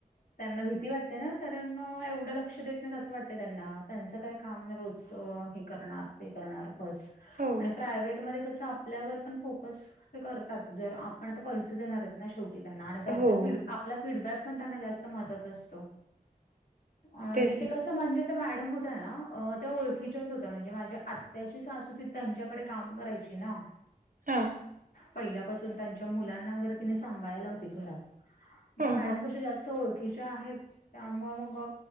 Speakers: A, on the left; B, on the right.
A: त्यांना भीती वाटते ना कारण एवढ लक्ष देत नाही अस वाटत त्यांना त्यांच काय काम रोज हे करणार ते करणार बस
B: हो,
A: आणि प्रायव्हेट मध्ये कस आपल्यावर पण फोकस ते करतात जर आपण आता पैसे देणार आहेत ना शेवटी त्यांना आणि त्यांचा
B: हो.
A: फीडब आपला फीडबॅक पण त्यांना जास्त महत्वाचा असतो आणि
B: तेच
A: ते
B: ना.
A: कस म्हणजे मॅडम होत्या ना. अ त्या ओळखीच्याच होत्या म्हणजे माझ्या आत्याची सासू ती त्यांच्याकडे काम करायची ना.
B: हां
A: पहिल्यापासून त्यांच्या मुलांना वगैरे सांभाळायला होती घरात त्या
B: हां,
A: मॅडम
B: हां.
A: कशा जास्त ओळखीच्या आहेत त्यामुळे मग